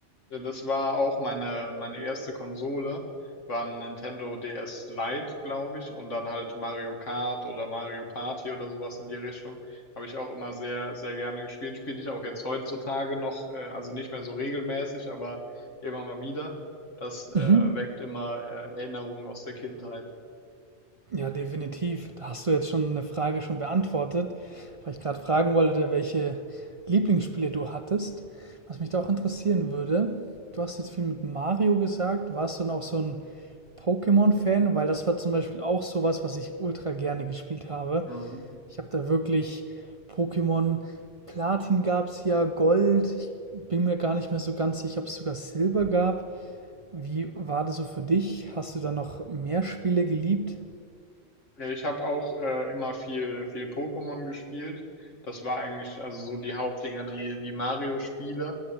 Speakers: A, on the left; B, on the right.
A: Ja, Das war auch meine, meine erste Konsole, war ein Nintendo DS Lite, glaube ich, und dann halt Mario Kart oder Mario Party oder sowas in die Richtung. Habe ich auch immer sehr, sehr gerne gespielt. Spiele ich auch jetzt heutzutage noch, äh, also nicht mehr so regelmäßig, aber immer mal wieder. Das äh,
B: Mhm.
A: weckt immer äh, Erinnerungen aus der Kindheit.
B: Ja, definitiv. Da hast du jetzt schon eine Frage schon beantwortet, weil ich gerade fragen wollte, welche Lieblingsspiele du hattest. Was mich da auch interessieren würde, du hast jetzt viel mit Mario gesagt. Warst du noch so ein Pokémon-Fan, weil das war zum Beispiel auch sowas, was ich ultra gerne gespielt habe.
A: Mhm.
B: Ich habe da wirklich Pokémon Platin gab es ja, Gold. Ich bin mir gar nicht mehr so ganz sicher, ob es sogar Silber gab. Wie war das so für dich? Hast du da noch mehr Spiele geliebt?
A: Ja, Ich habe auch äh, immer viel, viel Pokémon gespielt. Das war eigentlich also so die Hauptdinger, die, die Mario-Spiele.